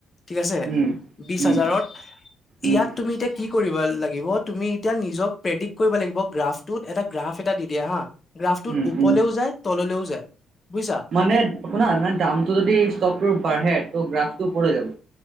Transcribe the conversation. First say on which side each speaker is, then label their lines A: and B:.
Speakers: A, on the left; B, on the right.
A: ঠিক আছে
B: উম,
A: বিছ
B: উম,
A: হাজাৰত ইয়াত
B: উম,
A: তুমি এতিয়া কি কৰি ৰিব লাগিব তুমি এতিয়া নিজক প্ৰেডিক কৰিব লাগিব গ্ৰাফটোত এটা গ্ৰাফ এটা দি দিয়ে হা গ্ৰাফটোত
B: উম,
A: উপলেও
B: উম।
A: যায় তললৈও যায় বুজিছা
B: মানে শুনা মানে দামটো যদি ষ্টকটোৰ বাঢ়ে ত' গ্ৰাফটো ওপৰলে যাব